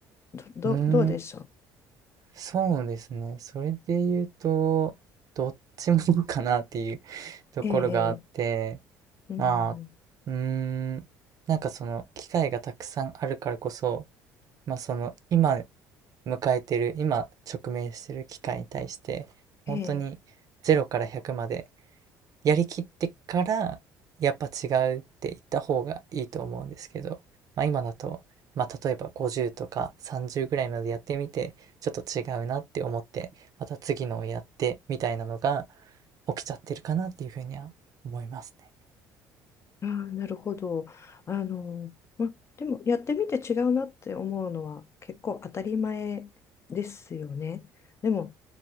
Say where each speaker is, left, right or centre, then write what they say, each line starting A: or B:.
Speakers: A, on the left; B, on the right.
A: ど、ど、
B: うーん、
A: どうでしょう
B: そうですね。それで言うと、どっちも <laughs> かなっていうところがあって、
A: ええええうん、
B: まあ、うーん、なんかその機会がたくさんあるからこそ、まあその今迎えてる、今直面してる機会に対して、本当に0から100まで
A: ええ
B: やりきってから、やっぱ違うって言った方がいいと思うんですけど、まあ今だと、まあ例えば50とか30ぐらいまでやってみて、ちょっと違うなって思って、また次のをやってみたいなのが起きちゃってるかなっていうふうには思いますね。
A: ああ、なるほど。あの、ま、でもやってみて違うなって思うのは結構当たり前ですよね。でも